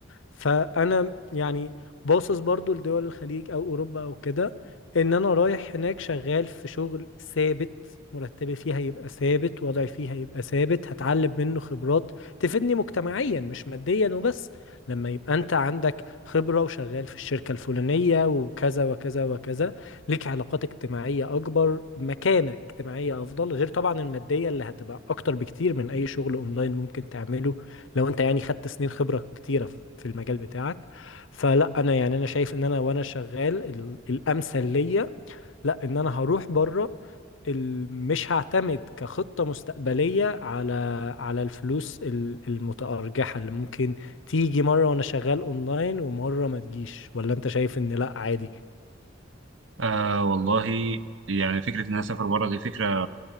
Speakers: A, on the left; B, on the right.
A: فانا يعني باصص برضو لدول الخليج او اوروبا او كده ان انا رايح هناك شغال في شغل ثابت مرتبي فيه هيبقى ثابت وضعي فيه هيبقى ثابت هتعلم منه خبرات تفيدني مجتمعيا مش ماديا وبس لما يبقى انت عندك خبرة وشغال في الشركة الفلانية وكذا وكذا وكذا ليك علاقات اجتماعية اكبر مكانة اجتماعية افضل غير طبعا المادية اللي هتبقى اكتر بكتير من اي شغل اونلاين ممكن تعمله لو انت يعني خدت سنين خبرة كتيرة ف- في المجال بتاعك فلا انا يعني انا شايف ان انا وانا شغال ال- الامثل ليا لا ان انا هروح بره ال- مش هعتمد كخطة مستقبلية على على الفلوس ال- المتأرجحة اللي ممكن تيجي مرة وانا شغال اونلاين ومرة ما تجيش ولا انت شايف ان لا عادي
B: آه والله يعني فكره ان انا اسافر بره دي فكره